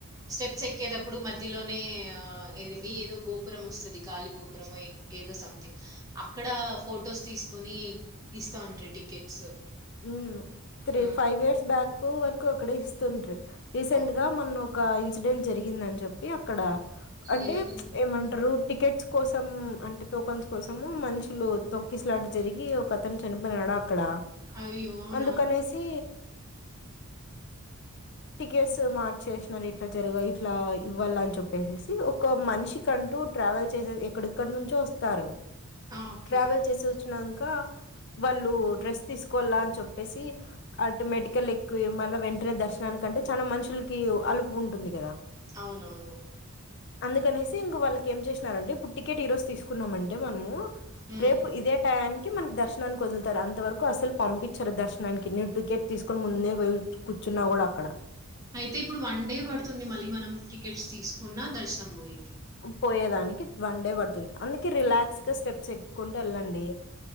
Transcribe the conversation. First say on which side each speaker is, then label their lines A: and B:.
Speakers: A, on the right; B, on the left.
A: స్టెప్స్ ఎక్కేటప్పుడు మధ్యలోనే ఆ ఇది ఏమి ఏదో గోపురం వస్తది, గాలి గోపురం ఏదో సంథింగ్ అక్కడ ఫొటోస్ తీసుకొని ఇస్తాండ్రి టికెట్స్
B: హ్మ్ త్రీ
A: ఆ!
B: ఫైవ్ ఇయర్స్ బ్యాకు వ క్ అక్కడ ఇస్తుండ్రి రీసెంట్
A: అవ్
B: గా మన్న ఒక ఇన్సిడెంట్ జరిగింది అని చెప్పి అక్కడ అంటే
A: ఏమైంది?
B: ఏమంటారు టికెట్స్ కోసం అంటే టోకన్స్ కోసము, మనుషులు తొక్కిసలాట జరిగి ఒక అతను చనిపోయినాడ అక్కడ
A: అయ్యో! అవునా?
B: అందుకనేసి టికెట్స్ మార్చేసినన్నారు ఇట్లా జరుగా ఇట్లా ఇవ్వాల చెప్పేసేసి ఒక మనిషి అంటూ ట్రావెల్ చేసే ఎక్కడక్కడ నుంచో వస్తారు
A: ఆ! ఓకే.
B: ట్రావెల్ చేసి వచ్చినం క వాళ్ళు డ్రెస్ తీసుకు కోళ్ల అని చెప్పేసి అటు మేటికల్ ఎక్కి, మళ్ళ వెంటనే దర్శనానికంటే చాలా మనుషులకి అలుపు ఉంటుంది కదా
A: అవునవును
B: అందుకనేసి ఇంకా వాళ్ళకి ఏం చేసినారంటే, ఇప్పుడు టికెట్ ఈ రోజు తీసుకున్నామంటే మనము
A: హ్మ్.
B: రేపు ఇదేటయానికి కి మనకు దర్శనానికి వదులుతారు అంత వరకు అసలు పంపించారు దర్శనానికి నేను టికెట్ తీసుకొని ముందే పోయి కూర్చున్నా కూడా అక్కడ
A: అయితే ఇప్పుడు వన్ డే పడుతుంది మళ్ళీ మనం టికెట్స్ తీసుకున్నా దర్శనం పోయ
B: పోయేదా వన్ డే పడుతుంది అందుక రిలాక్స్ గా స్టెప్స్ ఎక్కుంటే వెళ్ళండి